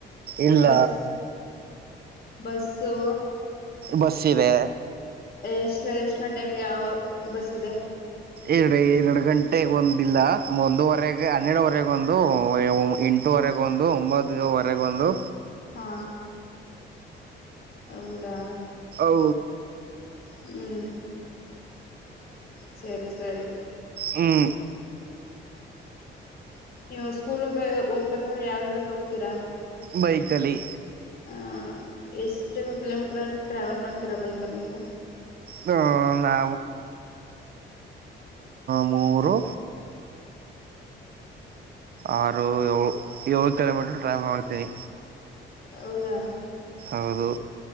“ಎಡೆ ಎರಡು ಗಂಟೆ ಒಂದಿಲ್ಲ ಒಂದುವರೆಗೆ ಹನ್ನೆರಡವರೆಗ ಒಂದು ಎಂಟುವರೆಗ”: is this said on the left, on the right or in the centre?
Right